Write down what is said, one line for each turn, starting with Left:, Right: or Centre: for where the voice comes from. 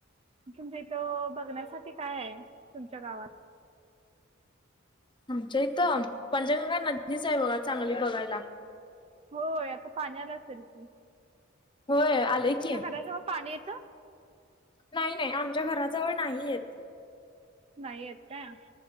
Right: तुमच्या इथं बघण्यासाठी काय आहे. तुमच्या गावात?
Left: आमच्या इथं पंचगंगा नदीच आहे बघा, चांगली बघायला.
Right: होय. आता पाणी आलं असेल की,
Left: होय. आलंय की,
Right: <unintelligible> पाणी येतं.
Left: नाही नाही आमच्या घराजवळ नाही येत
Right: नाही येत काय